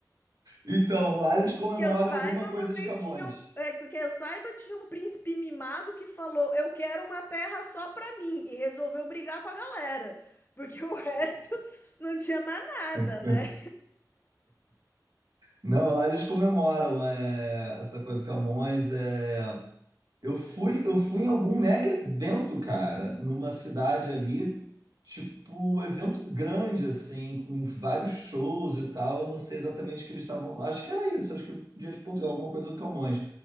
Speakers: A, on the right (about 60°); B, on the left (about 30°).
A: Então, lá eles comemoram
B: Que eu saiba,
A: alguma coisa
B: vocês
A: de Camões.
B: tinham. É, que eu saiba, tinha um príncipe mimado que falou: eu quero uma terra só pra mim. E resolveu brigar com a galera. Porque o resto <laughs> não tinha mais nada,
A: <laughs>
B: né?
A: Não, lá eles comemoram é, essa coisa de Camões. É... Eu fui, eu fui em algum mega evento, cara, numa cidade ali, tipo, evento grande, assim, com vários shows e tal. Eu não sei exatamente o que eles estavam. Acho que era isso, acho que Dia de Portugal, alguma coisa do Camões.